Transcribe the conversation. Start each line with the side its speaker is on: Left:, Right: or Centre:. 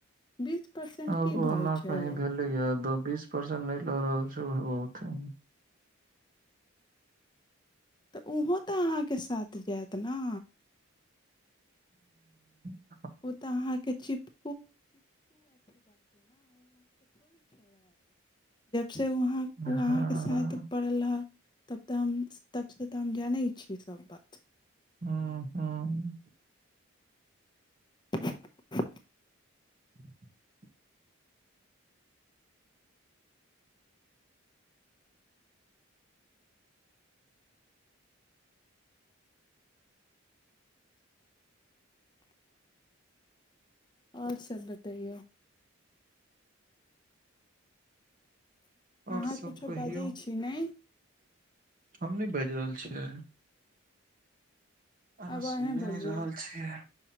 Left: बीस परसेंट
Right: आब
Left: की
Right: ओना
Left: भइ छै
Right: कहीं भेलैया द बीस परसेंट नहि लऽ रहल छै औहो बहुत छै
Left: तऽ ओहोँ तऽ अहाँके साथ जायत ने
Right: ह
Left: ओ तऽ अहाँके चिप <inaudible> से वहाँ
Right: हँ
Left: उ अहाँके
Right: हँ
Left: साथ पड़ल रहत तब तऽ हम तबसँ तऽ हम जानै छी सभ बात
Right: हँ हँ
Left: <inaudible>
Right: <inaudible>
Left: आओर सब बतैयौ
Right: आओर
Left: अहाँ
Right: सब
Left: कुछो
Right: कहियौ
Left: बजैत छी नै
Right: हम नहि बाजि रहल छियै अहाँ
Left: आब
Right: सुनिये
Left: अहेँ बोलियौ
Right: नहि रहल छियै